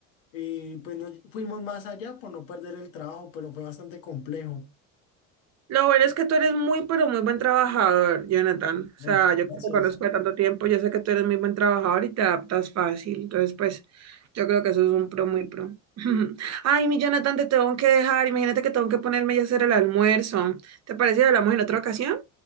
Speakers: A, on the left (about 75°); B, on the right (about 45°).
A: eh, pues no fuimos más allá por no perder el trabajo, pero fue bastante complejo.
B: Lo bueno es que tú eres muy, pero muy buen trabajador, Jonathan. O
A: Ya,
B: sea,
A: muchas
B: yo
A: Gracias.
B: que te conozco de tanto tiempo, yo sé que tú eres muy buen trabajador y te adaptas fácil. Entonces, pues, yo creo que eso es un pro muy pro. <laughs> Ay, mi Jonathan, te tengo que dejar. Imagínate que tengo que ponerme ya a hacer el almuerzo. ¿Te parece que hablamos en otra ocasión?